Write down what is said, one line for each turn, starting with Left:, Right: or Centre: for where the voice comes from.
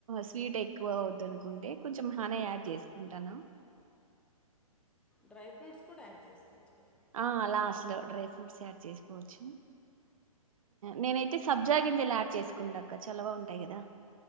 Right: స్వీట్ ఎక్కువ వద్దు అనుకుంటే కొంచెం హనే యాడ్ చేసు కుంటాన
Centre: డ్రై ఫ్రూట్స్ కూడా యాడ్ చేసుకోవచ్చు కదా
Right: ఆ లాస్ట్ డ్రై యాడ్ చేసుకోవచ్చు నేనైతే సబ్జా గింజలు డ్ చేస్ సుకుంటాక్క చల్లగా ఉంటాయి కదా